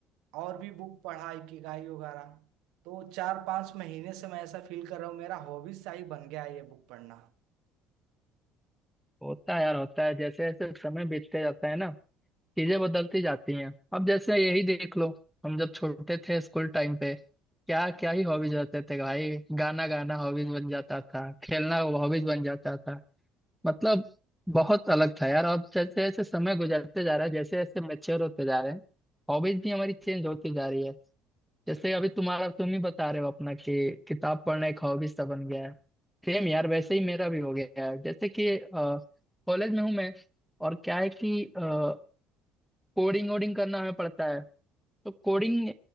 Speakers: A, on the right (about 80°); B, in the centre.
A: और भी बुक पढ़ा इकिगाई वगैरह तो चार पांच महीने से मैं ऐसा फील कर रहा हूँ मेरा हॉबीज सा ही बन गया है ये बुक पढ़ना
B: होता है यार होता है जैसे जैसे समय बीतते जाता है ना चीजें बदलती जाती हैं अब जैसे यही देख लो हम जब छोटे थे स्कूल टाइम पे क्या क्या ही हॉबीज रहते थे भाई गाना गाना हॉबीज बन जाता था खेलना हॉबीज बन जाता था मतलब बहुत अलग था यार अब जैसे जैसे समय गुजरते जा रहा है जैसे जैसे मेच्योर होते जा रहे हैं हॉबीज भी हमारी चेंज होती जा रही है जैसे अभी तुम्हारा तुम ही बता रहे हो अपना कि किताब पढ़ना एक हॉबी सा बन गया है सेम यार वैसे ही मेरा भी हो गया है जैसे कि कॉलेज में हूँ मैं और क्या है कि कोडिंग वोडिंग करना हमें पड़ता है तो कोडिंग